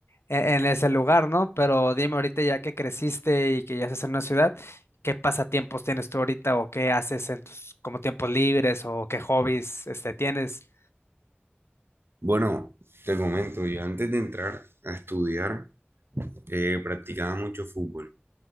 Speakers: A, on the left; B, on the right.
A: e- en, ese lugar, ¿no? Pero dime ahorita ya que creciste y que ya estás en una ciudad, ¿qué pasatiempos tienes tú ahorita o qué haces en tus como tiempos libres o qué hobbies este tienes?
B: Bueno, te comento, yo antes de entrar a estudiar eh, practicaba mucho fútbol.